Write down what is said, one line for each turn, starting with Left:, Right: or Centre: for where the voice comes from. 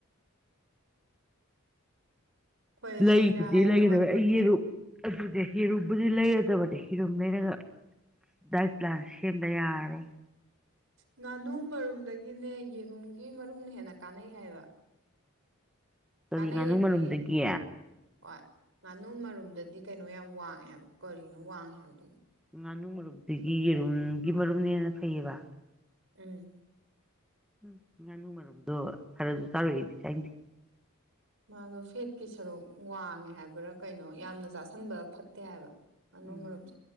Right: ꯍꯣꯏ
Centre: ꯂꯩꯕꯨꯗꯤ
Right: ꯍꯩ ꯔꯥ ꯍꯥꯏꯔꯦ
Centre: ꯂꯩꯒꯗꯕ
Right: ꯋꯥꯠꯄꯣꯠꯇ꯭ꯔꯦ
Centre: ꯑꯩꯒꯤ ꯔꯨꯞ ꯑꯗꯨꯗꯤ ꯌꯦꯔꯨꯝꯕꯨꯗꯤ ꯂꯩꯔꯗꯕꯅꯦ ꯌꯦꯔꯨꯝ ꯂꯩꯔꯒ ꯗꯥꯏꯠ ꯄ꯭ꯂꯥꯟ ꯁꯦꯝꯗ ꯌꯥꯔꯔꫭꯏ
Right: ꯉꯥꯅꯨ ꯃꯔꯨꯝꯗꯒꯤꯅꯦ ꯌꯦꯔꯨꯝꯒꯤ ꯃꯔꯨꯝꯅ ꯍꯦꯟꯅ ꯀꯥꯟꯅꯩ ꯍꯥꯏꯕ <inaudible>
Centre: ꯀꯔꯤ
Right: ꯀꯥꯟꯅꯩꯌꯦꯗꯤ
Centre: ꯉꯥꯅꯨ ꯃꯔꯨꯝꯗꯒꯤ
Right: ꯍꯣꯏ ꯉꯥꯅꯨ ꯃꯔꯨꯝꯗꯗꯤ ꯀꯩꯅꯣ ꯌꯥꯝ ꯋꯥꯡꯉꯦ ꯍꯥꯏꯕ ꯀꯔꯤꯅꯣ ꯋꯥꯡꯉꯦ ꯍꯥꯏꯕꯗ
Centre: ꯉꯥꯅꯨ ꯃꯔꯨꯞꯇꯒꯤ ꯌꯦꯔꯨꯝꯒꯤ ꯃꯔꯨꯞꯅꯦꯅ ꯐꯩꯌꯦꯕ
Right: ꯎꯝ
Centre: ꯎꯝ ꯉꯥꯅꯨ ꯃꯔꯝꯗꯣ ꯐꯔꯁꯨ ꯆꯥꯔꯛꯏꯗꯤ ꯆꯥꯏꯗꯦ
Right: ꯃꯥꯗꯣ ꯐꯦꯠꯀꯤ ꯁꯔꯨꯛ ꯋꯥꯡꯉꯦ ꯍꯥꯏꯕ꯭ꯔꯥ ꯀꯩꯅꯣ ꯌꯥꯝꯅ ꯆꯥꯁꯟꯕ ꯐꯠꯇꯦ ꯍꯥꯏꯕ ꯑꯥꯅꯨ
Centre: ꯎꯝ
Right: ꯃꯔꯨꯞꯁꯦ